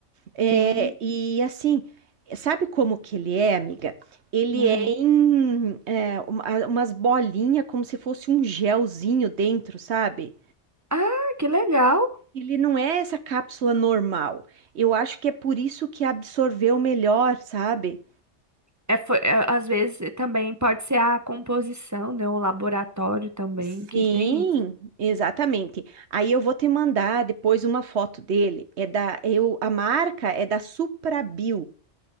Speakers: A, on the right (about 65°); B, on the right (about 20°).
A: É,
B: Sim.
A: e assim, sabe como que ele é, amiga? Ele
B: Aham.
A: é em é, uma- umas bolinhas, como se fosse um gelzinho dentro, sabe?
B: Ah, que legal.
A: Ele não é essa cápsula normal. Eu acho que é por isso que absorveu melhor, sabe?
B: É, foi, é, às vezes também pode ser a composição, né? O laboratório também
A: Sim,
B: que tem isso.
A: exatamente. Aí eu vou te mandar depois uma foto dele. É da, eu, a marca é da Suprabio.